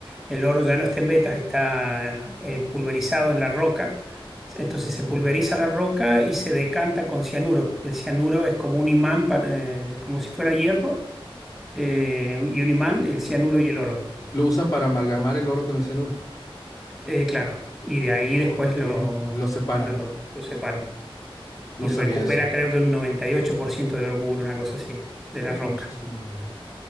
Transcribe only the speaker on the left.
Oh.
Lo usan para amalgamar el oro con el cianuro.
Oh,
ok.
Lo separan.
No
sabía
eso.
Ay,
Es
muchísimo, la verdad.